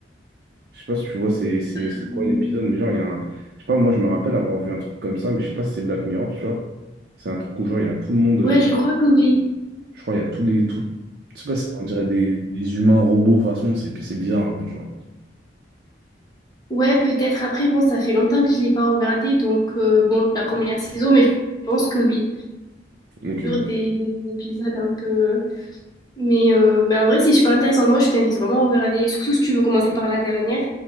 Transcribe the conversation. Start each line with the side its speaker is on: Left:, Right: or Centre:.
Right: Je sais pas si tu vois, c'est c'est-
Left: Euh,
Right: c'est quoi l'épisode, mais genre, il y a un. Je sais pas, moi, je me rappelle avoir vu un truc comme ça, mais je sais pas si c'est Black Mirror, tu vois. C'est un truc où, genre, il y a tout le monde. euh,
Left: ouais, je crois que oui.
Right: je crois, il y a tous les. Tout, je sais pas, c'est- on dirait des, des humains robots, façon, c'est c'est bizarre, en fait, tu vois.
Left: Ouais, peut-être. Après, bon, ça fait longtemps que je l'ai pas regardé, donc euh, bon, la première saison, mais je pense que oui.
Right: Ok.
Left: Toujours des, des épisodes un peu. Mais, euh, mais en vrai, c'est super intéressant. Moi, je t'invite vraiment à regarder, surtout si tu veux commencer par la dernière.